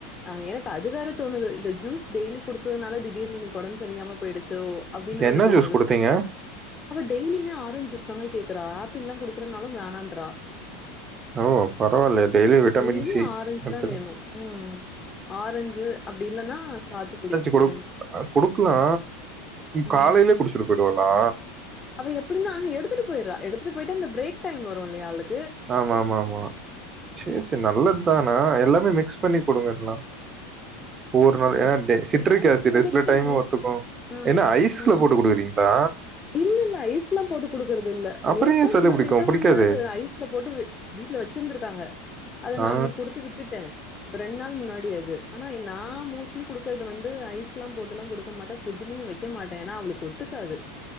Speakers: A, on the left (about 25°); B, on the right (about 30°).
A: ஆ எனக்கு அது வேற தோணுது இந்த ஜூஸ் டெய்லி குடுத்ததுனால திடீர் இன்னிக் உடம் செரியாம போய்டுச்சோ அப்டினு வேற
B: என்ன
A: தோணுது
B: ஜூஸ் குடுத்தீங்க?
A: அவ டெய்லுமே ஆரஞ் ஜூஸ் தங்க கேக்குறா ஆப்பிள்லா குடுக்கறனாலு வேனான்றா
B: ஓ பரவால்ல daily vitamin
A: daily
B: C
A: orange
B: எடுத்துக்க
A: தான் வேணும். ம் ஆரஞ்சு அப்டி இல்லனா சாத்துக்குடி இது
B: குடுக் குடுக்கலா
A: ம்.
B: காலைலயே குடிச்சுட்டு பொய்ருவாலா
A: அவ எப்பிடினா எடுத்துட்டு போய்ட்ற எடுத்துட்டு போயிட்டு அந்த பிரேக்டைம் வரு இல்லியா அவளுக்
B: ஆமா ஆமா ஆமா சேரி சேரி நல்லத்தான எல்லாமே மிக்ஸ் பண்ணி குடுங்க இல்லனா ஒரு நாள்
A: ம்.
B: எனா
A: அப்டிதான்
B: டே சிட்ரிக் அசிட்
A: குடுக்குறேன்.
B: சில டைமு ஒத்துக்கு
A: ஆ.
B: என்ன ஐஸ்ல
A: ஆ.
B: போட்டு குடுக்குறீங்ளா
A: இல்ல இல்ல ஐஸ்லா போட்டு குடுக்கறது இல்ல
B: அப்புறம்
A: நேத்தோ
B: ஏன் சளி
A: முந்தா
B: பிடிக்கும்?
A: நேத்தோ
B: பிடிக்காதே!
A: வந்து ஐஸ்ல போட்டு வீட்ல வெச்சிருந்துருக்காங்க அத நா
B: ஆ.
A: அன்னிக் குடுத்து விட்டுட்ட ரெண்டு நாள் முன்னாடி அது ஆனா நா மோஸ்ட்லி குடுக்கறது வந்து ஐஸ்லா போட்டுல்லா கொடுக்க மாட்ட ஃபிரிஜ்லியு வெக்க மாட்ட எனா அவளுக்கு ஒத்துக்காது